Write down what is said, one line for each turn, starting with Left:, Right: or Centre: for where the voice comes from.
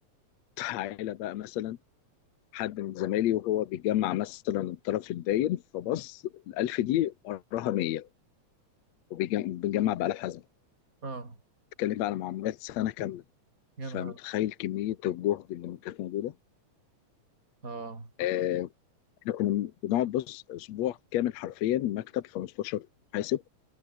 Left: تعالى بقى مثلا حد من زمايلي وهو بيجمع مثلا الطرف الداين فبص الألف دي وراها 100 وبنجمع بقى الحزمة
Right: اه
Left: تتكلم بقى على معاملات سنة كاملة
Right: يا
Left: فمتخيل
Right: نهار
Left: كمية الجهد اللي كانت موجودة
Right: اه
Left: آه، احنا كنا بنقعد بص اسبوع كامل حرفيا مكتب 15 محاسب